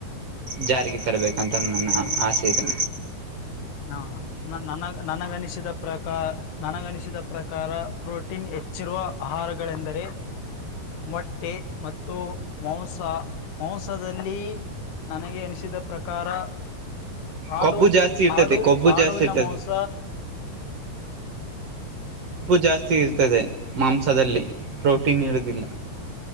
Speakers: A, on the right; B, on the left.
A: ಜಾರಿಗೆ ತರಬೇಕಂತ ನನ್ನ ಆಸೆ ಇದು
B: ಹಾ ನನ ನನಗನಿಸಿದ ಪ್ರಕಾರ ನನಗನಿಸಿದ ಪ್ರಕಾರ ಪ್ರೋಟೀನ್ ಹೆಚ್ಚಿರುವ ಆಹಾರಗಳೆಂದರೆ ಮೊಟ್ಟೆ ಮತ್ತ ಮತ್ತು ಮಾಂಸ ಮಾಂಸದಲ್ಲಿ ನನಗೆ ಅನಿಸಿದ ಪ್ರಕಾರ ಹಾಡು
A: ಕೊಬ್ಬು ಜಾಸ್ತಿ ಇರ್ತದೆ
B: ಆಡು
A: ಕೊಬ್ಬು
B: ಆಡುವಿನ
A: ಜಾಸ್ತಿ ಇರ್ತದೆ
B: ಮಾಂಸ
A: ಕೊಬ್ಬು ಜಾಸ್ತಿ ಇರ್ತದೆ ಮಾಂಸದಲ್ಲಿ ಪ್ರೋಟೀನ್ ಇರುದಿಲ್ಲ